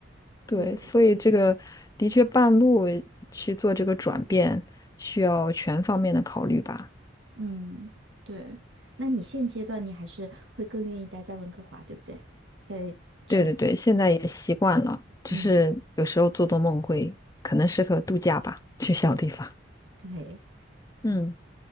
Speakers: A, on the right; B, on the left.
A: 对。
B: 对，所以这个的确半路去做这个转变，需要全方面的考虑吧。
A: 嗯，对。那你现阶段你还是会更愿意待在温哥华，对不对？在城，
B: 对对对，现在也习惯了，只是有时候做做梦会，
A: 嗯，
B: 可能适合度假吧，去小地方。
A: 对，
B: 嗯